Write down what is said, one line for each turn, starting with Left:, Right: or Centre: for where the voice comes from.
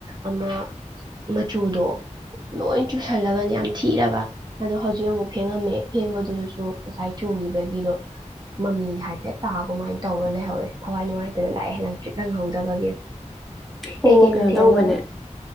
Right: ꯑꯃ ꯃꯆꯨꯗꯣ ꯂꯣꯏ ꯆꯨꯁꯜꯂꯒꯅꯤ ꯌꯥꯝ ꯊꯤꯔꯕ ꯑꯗꯣ ꯍꯧꯖꯤꯛ ꯑꯃꯨꯛ ꯐꯦꯡꯉꯝꯃꯦ ꯐꯦꯡꯕꯗꯨꯗꯁꯨ ꯉꯁꯥꯏ ꯆꯨꯈꯤꯕꯒꯤꯗꯣ ꯃꯃꯤ ꯍꯥꯏꯐꯦꯠ ꯇꯥ ꯀꯃꯥꯏꯅ ꯇꯧꯔ ꯂꯩꯍꯧꯔꯦ ꯊꯋꯥꯏ ꯅꯨꯡꯉꯥꯏꯇꯅ ꯂꯥꯛꯑꯦ ꯂꯪ ꯆ꯭ꯔꯤꯠ ꯂꯪꯍꯧꯗꯕꯒꯤ
Centre: ꯑꯣ
Right: ꯀꯩꯀꯩ
Centre: ꯀꯩꯅꯣ
Right: ꯃꯊꯦꯜꯅꯣ
Centre: ꯇꯧꯕꯅꯦ